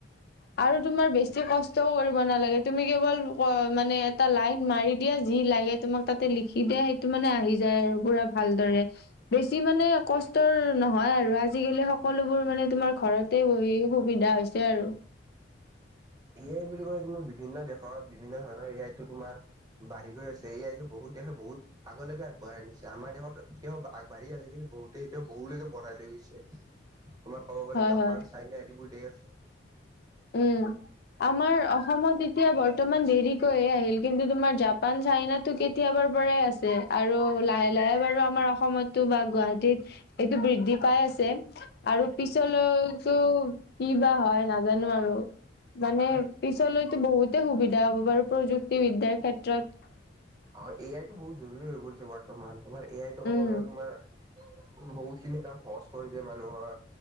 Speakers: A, on the left; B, on the right.
A: আৰু তোমাৰ বেছি কষ্ট- ও কৰিব নালাগে, তুমি কেৱল অ মানে এটা লাইন মাৰি দিয়ে, যি লাগে তোমাক তাতে লিখি দিয়ে, সেইটো মানে আহি যায় আৰু পুৰা ভালদৰে। বেছি মানে কষ্টৰ নহয় আৰু আজিকালি সকলোবোৰ মানে তোমাৰ ঘৰতে বহি সুবিধা হৈছে আৰু।
B: এই আই বুলি কৈ তুমাৰ বিভিন্ন দেশত বিভিন্ন ধৰণৰ এই আইটো তোমাৰ বাঢ়ি গৈ আছে। এই আইটো বহুত দেশে বহুত আগলৈকে আগবঢ়াই নিছে। আমাৰ দেশত কিয় আগবাঢ়ি আছে কিন্তু বহুতে এতিয়া বহুলৈকে বঢ়াই লৈ গৈছে। তোমাৰ ক'ব গ'লে
A: হয়
B: জাপান,
A: হয়
B: চাইনা আদিবোৰ দেশ <inaudible>
A: উম আমাৰ অসমত এতিয়া বৰ্তমান দেৰিকৈয়ে আহিল কিন্তু তোমাৰ জাপন চাইনো কেতিয়াবাৰ পৰাই আছে আৰু লাহে লাহে বাৰু আমাৰ অসমতো বা গুৱাহাটীত এইটো বৃদ্ধি পাই আছে আৰু পিছলৈতো কি বা হয় নাজ নোৱাৰো মানে
B: তোমাৰ
A: পিছ লৈ বহুতে সুবিধা হ'ব বাৰু প্ৰযুক্তিবিদ্যয়াৰ ক্ষেত্ৰত
B: অঁ এ আই তো বহুত জৰুৰী হৈ পৰিছে বৰ্তমান তোমাৰ এ আই তো ক'ব
A: উম
B: গ'লে তোমাৰ বহুত খিনি কাম সহজ কৰি দিয়ে মানুহৰ